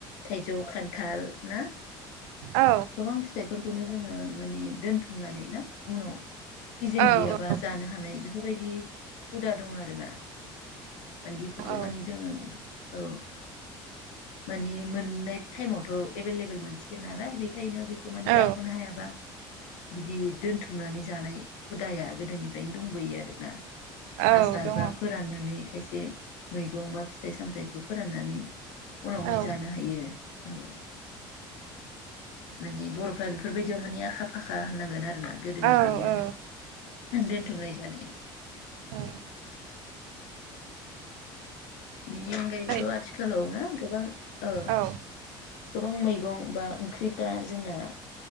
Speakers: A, on the left; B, on the right.
A: थाइ जौ खान्थाल ना?
B: औ
A: गोबां फिथाइफोरखौनो जोङो माने दोनथुमनानै ना उनाव सिजोन
B: औ
A: गैयाबा जानो हानाय बेफोरबायदि हुदा दं आरो ना। <unintelligible> खौ
B: औ
A: माने जोङो औ मानि मोननाय टाइमावथ' एभेलेबेल मोनसिगोन नालाय बेखायनो बेखौ माने
B: औ
A: जाख'नो हायाबा बिदि दोनथुमनानै जानाय हुदाया गोदोनिफ्रायनो दंबोयो आरोना।
B: औ
A: आसार
B: दङ
A: बा फोराननानै एसे मैगं बा फिथाइ सामथायाइखौ फोराननानै उनावहाय
B: औ
A: जानो हायो औ। माने बर'फ्रा बेफोरबायदियाव माने आख आखा फाखा होननांगोन आरोना गोदोनिफ्रायनो
B: औ औ
A: दोनथुमनाय जानाय।
B: औ।
A: बिनि अनगायैबोथ'
B: औ
A: आथिखालाव ना गोबां ओ
B: औ
A: गोबां मैगं बा ओंख्रिफ्रा जोंना